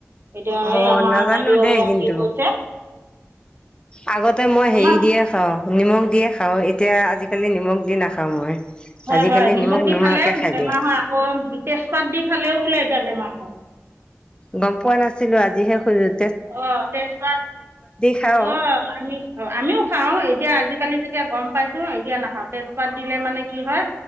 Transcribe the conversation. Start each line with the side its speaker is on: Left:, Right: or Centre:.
Right: এতিয়া আৰু
Left: অ',
Right: আমাৰ
Left: নাজানো
Right: বাইদেউ
Left: দেই
Right: আহি আছে,
Left: কিন্তু।
Right: কৈছে।
Left: আগতে মই হেৰি
Right: আমাৰ
Left: দিয়ে খাওঁ, নিমখ দিয়ে খাওঁ, এতিয়া আজিকালি নিমখ দি নাখাও মই।
Right: হয়-হয়,
Left: আজিকালি
Right: নিমখ দি
Left: নোহোৱাকে
Right: খালে
Left: খাই
Right: বেমাৰ
Left: দিওঁ।
Right: হয় আকৌ তেজপাত দি খালেও বোলে বেমাৰ হয়।
Left: গম পোৱা নাছিলো আজিহে শুনি।
Right: অ' তেজপাত
Left: খাওঁ,
Right: অ আমি-আমিও খাও এতিয়া আজি আজিকালি যেতিয়া গম পাইছো, এতিয়া নাখাওঁ, তেজপাত দিলে মানে কি হয়?